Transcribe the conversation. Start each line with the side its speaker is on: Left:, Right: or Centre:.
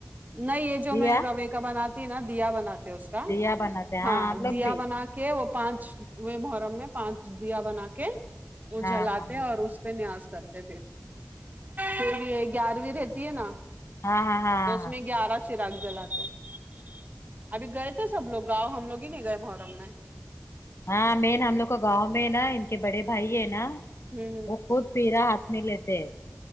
Right: نہیں یہ جو
Left: دیا
Right: میں روے کا بناتی نا دیا بناتے اس کا
Left: دیا بناتے ہیں
Right: ہاں
Left: ہم لوگ
Right: دیا
Left: بھی
Right: بنا کے وہ پانچ و محرم میں پانچ دیا بنا کے وہ
Left: ہاں
Right: جلاتے
Left: ہاں ہاں
Right: اور اس س نیاس کرتے پھر پھر یہ گیارہویں رہتی ہے نا
Left: ہاں ہاں ہاں
Right: تو اس
Left: ہاں
Right: میں گیارہ چراگ جلاتے ہیں ابھی گئے تھے سب لوگ گاؤ ہم لوگ ہی نہیں گئے محرم میں
Left: ہاں مین ہم لوگ کو گاؤں میں نا ان کے بڑے بھائی ہے نا
Right: ہمم ہمم
Left: خت پیرا ہاتھ میں لیتے ہیں